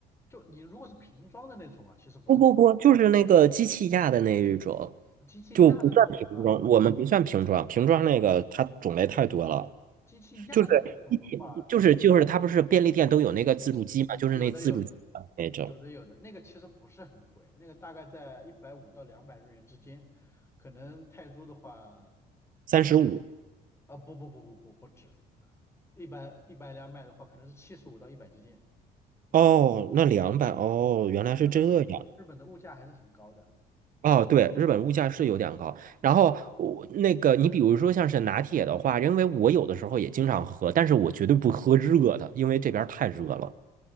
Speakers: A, on the left; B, on the right.
A: 就你如果是瓶装的那种啊，其实不是很
B: 不不不，就是那个机器压的那一种，
A: 机器压的那种的话，
B: 就不算瓶装，我们不算瓶装，瓶装那个它种类太多了，
A: 机器压的那种的话，
B: 就是一瓶，就是就是它不是便利店都有那个自助机嘛，
A: 嗯，
B: 就是那自助机的那种，
A: 有的有的有的有的，那个其实不是很贵，那个大概在一百五到两百日元之间，可能泰铢的话，
B: 三十五
A: 啊不不不不不不止，一百一百两百的话，可能是七十五到一百之间。
B: 哦，那两百哦，原来是这样。
A: 日日本日本的物价还是挺高的。
B: 哦，对，日本物价是有点高。然后我那个，你比如说像是拿铁的话，因为我有的时候也经常喝，但是我绝对不喝热的，因为这边儿太热了。